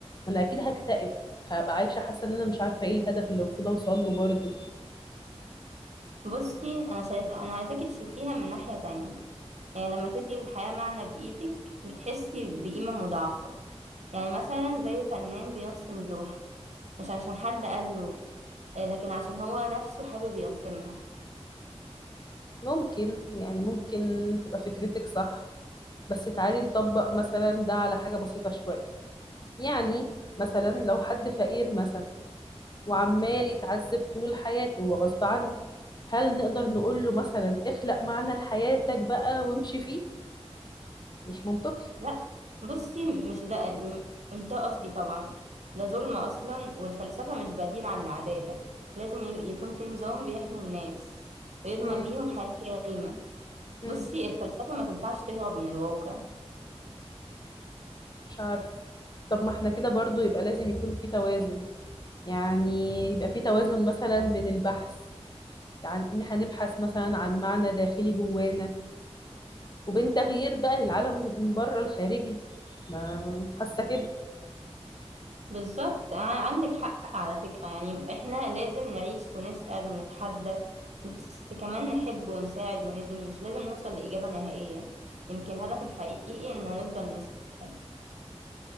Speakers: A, on the left; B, on the right.
A: ما أنا أكيد هكتئب هبقى عايشة حاسة إن أنا مش عارفة إيه الهدف اللي المفروض أوصل له برضه
B: بصي انا شايف انا عايزاكي تشوفيها من ناحية تانية يعني لما تدي للحياة معنى بايدك بتحسي بقيمة مضاعفة يعني مثلا زي فنان بيرسم لوحة مش عشان حد قال له لكن عشان هو نفسه حابب يرسمها
A: ممكن يعني ممكن تبقى فكرتك صح بس تعالي نطبق مثلا ده على حاجة بسيطة شوية يعني مثلا لو حد فقير مثلا وعمال يتعذب طول حياته وغصب عنه هل نقدر نقول له مثلا اخلق معنى لحياتك بقى وامشي فيه مش منطقي
B: لا بصي مش ده مش ده قصدي طبعا ده ظلم أصلا والفلسفة مش بديل عن العدالة لازم ي- يكون في نظام بيحمي الناس ويضمن
A: مم.
B: ليهم حياة كريمة
A: مم.
B: بصي الفلسفة ما تنفعش تهرب من الواقع
A: مش عارف طب ما احنا كده برضو يبقى لازم يكون في توازن يعني يبقى في توازن مثلا بين البحث يعني ان احنا نبحث مثلا عن معنى داخلي جوانا وبين تغيير بقى للعالم من بره الخارجي ما حاسة كده
B: بالظبط ع- عندك حق على فكرة يعني احنا لازم نعيش ونسأل ونتحدى بس كمان نحب ونساعد ونبني مش لازم نوصل لإجابة نهائية يمكن الهدف الحقيقي إن نفضل نسأل